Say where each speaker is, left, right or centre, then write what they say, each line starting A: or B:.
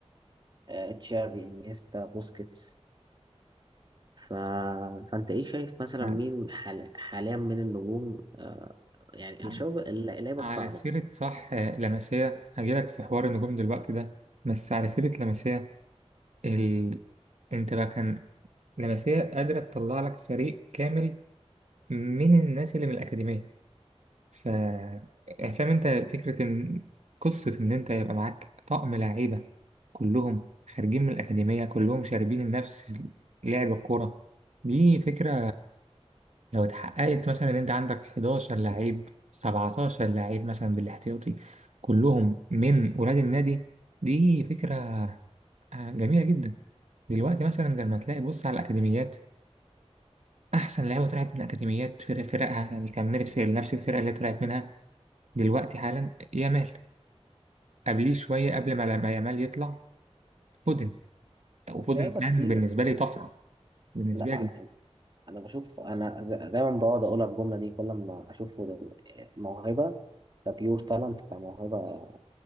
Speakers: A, on the right; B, on the right.
A: آه، تشافي إنيستا بوسكيتس ف... فأنت إيه شايف مثلا
B: نعم.
A: مين حال... حاليا من النجوم آه، يعني
B: نعم.
A: الشباب اللعيبة
B: على
A: الصاعدة
B: سيره صح آه، لمسيه هجيلك في حوار النجوم دلوقتي ده بس على سيره لمسيه ال... انت بقى كان لمسيه قادره تطلع لك فريق كامل من الناس اللي من الاكاديميه ف يعني فاهم انت فكرة ان قصة ان انت يبقى معاك طقم لعيبة كلهم خارجين من الأكاديمية كلهم شاربين نفس لعب الكورة دي فكرة لو اتحققت مثلا ان انت عندك 11 لعيب 17 لعيب مثلا بالاحتياطي كلهم من ولاد النادي دي فكرة آه، جميلة جدا دلوقتي مثلا لما تلاقي بص على الأكاديميات أحسن لعيبة طلعت من الأكاديميات في فرقها يعني كملت في نفس الفرقة اللي طلعت منها دلوقتي حالا يامال قبليه شوية قبل ما ما يامال يطلع فودن وفودن
A: لعيبه
B: كان
A: كتير
B: بالنسبة لي طفرة بالنسبة
A: لا
B: لي
A: انا بشوف انا ز- دايما بقعد اقول الجمله دي كل ما اشوف موهبه كبيور تالنت كموهبه